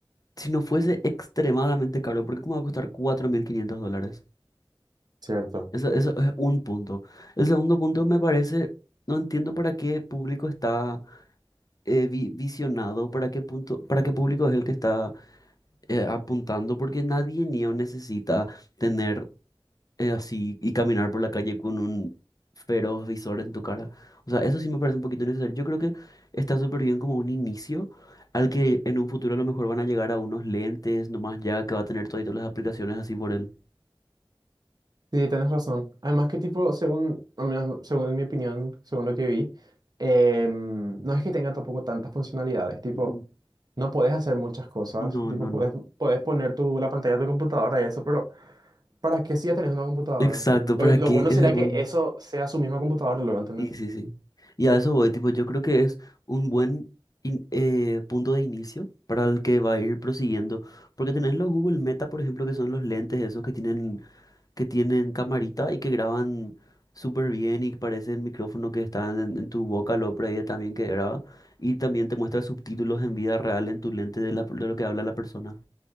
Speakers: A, on the left; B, on the right.
A: si no fuese extremadamente caro, ¿por qué cómo va a costar 4.500 dólares?
B: Cierto.
A: Eso, eso es un punto. El segundo punto me parece, no entiendo para qué público está eh, vi- visionado, para qué punto, para qué público es el que está eh, apuntando, porque nadie niño necesita tener eh, así y caminar por la calle con un feroz visor en tu cara. O sea, eso sí me parece un poquito innecesario. Yo creo que está súper bien como un inicio al que en un futuro a lo mejor van a llegar a unos lentes, nomás ya que va a tener todas las aplicaciones así por él.
B: Sí, tenés razón. Además que tipo, según, al menos según en mi opinión, según lo que vi, em, no es que tenga tampoco tantas funcionalidades, tipo,
A: Mm.
B: no podés hacer muchas cosas,
A: No,
B: tipo,
A: no, no.
B: podés, podés poner tu, la pantalla de tu computadora y eso, pero ¿para qué si ya tenés una computadora?
A: Exacto, ¿para
B: Lo, lo
A: qué
B: bueno
A: es
B: sería
A: el mundo?
B: que eso sea su misma computadora, luego, ¿entendés?
A: Sí, sí, sí. Y a eso voy, tipo, yo creo que es un buen in- eh, punto de inicio para el que va a ir prosiguiendo. Porque tenés los Google Meta, por ejemplo, que son los lentes esos que tienen que tienen camarita y que graban súper bien y parece el micrófono que está en, en tu boca, lo por ahí también que graba. Y también te muestra subtítulos en vida real en tu lente de, la- de lo que habla la persona.